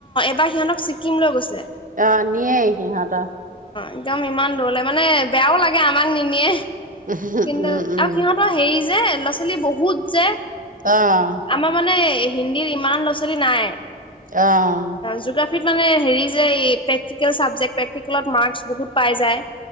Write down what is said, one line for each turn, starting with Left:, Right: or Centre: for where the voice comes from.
Left: এা সহতক ছিকিমৈছে
Right: আহ নে সিহত
Left: একদম ইমান দূৰলে মানে বেয়াও লাগে আমাক নিনিয়ে
Right: উম,
Left: কিন্তু
Right: উম,
Left: আৰু সিহঁতৰ হেৰি যে ল'ৰা ছোৱালী বহুত যে
Right: অ',
Left: আমাৰ মানে এই হিন্দীৰ ইমান ল'ৰা ছোৱালী নাই
Right: আহ
Left: জিঅ'গ্ৰাফীত মানে হেৰি যে এই প্ৰেক্টিকেল চাবজেক্ট প্ৰেক্টিকেলত মাৰ্কচ বহুত পাই যায়